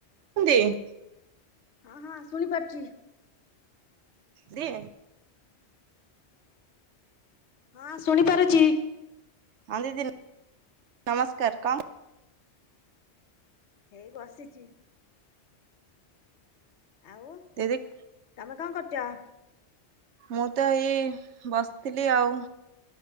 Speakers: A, on the right (about 80°); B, on the left (about 75°).
A: <unintelligible>
B: ହଁ ହଁ, ଶୁଣିପାରୁଚି।
A: ଦେ
B: ହଁ, ଶୁଣି ପାରୁଚି।
A: ହଁ ଦିଦି, ନ ନମସ୍କାର କଁ?
B: ହେଇ ବସିଚି। ଆଉ
A: ତିରିକ୍।
B: ତମେ କଁ କରୁଚ?
A: ମୁଁ ତ ଏଇ ବସଥିଲି ଆଉ,